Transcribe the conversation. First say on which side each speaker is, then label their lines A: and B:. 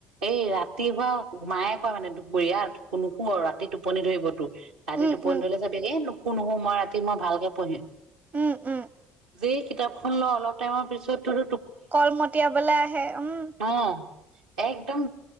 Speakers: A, on the right; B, on the right.
A: এই ৰাতিপুৱা মায়ে কয় মানে দুপৰীয়া নুশু আৰু ৰাতি টোপনি ধৰি ঘতো ৰাতি
B: উম
A: টোপনি
B: উম
A: ধৈলে চাবি নো কোনো সময় ৰাতি মই ভালকে পঢ়িম
B: উম উম
A: যে কিতাপখন লওঁ অলপ টাইমৰ পিছতো
B: কল মতিয়াবলে আহে উম
A: অ একদম